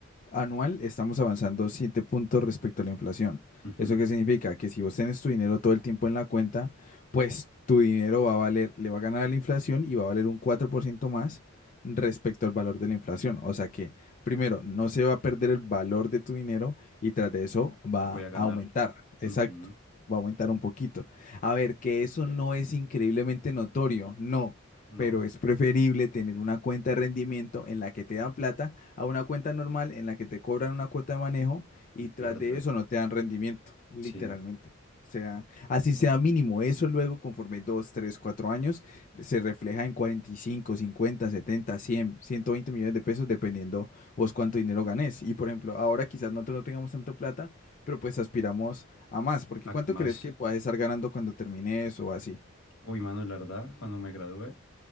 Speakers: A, on the left; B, on the left.
A: anual estamos avanzando 7 puntos respecto a la inflación.
B: Ujú,
A: ¿Eso qué significa? Que si vos tenés tu dinero todo el tiempo en la cuenta, pues tu dinero va a valer, le va a ganar a la inflación y va a valer un 4% más respecto al valor de la inflación. O sea que, primero, no se va a perder el valor de tu dinero y tras de eso va
B: Voy a ganar.
A: a aumentar. Exacto,
B: Ujú.
A: va a aumentar un poquito. A ver, que eso no es increíblemente notorio, no,
B: No,
A: pero es preferible tener una cuenta de rendimiento en la que te da plata a una cuenta normal en la que te cobran una cuota de manejo y
B: y pierdo.
A: tras de eso no te dan rendimiento, literalmente.
B: Sí,
A: O sea, así sea mínimo, eso luego conforme 2 3 4 años se refleja en cuarenta y cinco cincuenta setenta cien ciento veinte millones de pesos dependiendo vos cuánto dinero ganés. Y por ejemplo, ahora quizás nosotros no tengamos tanto plata, pero pues aspiramos a más, porque
B: ac-
A: ¿cuánto
B: más.
A: crees que puedas estar ganando cuando termines o así?
B: Uy, mano, la verdad, cuando me gradué,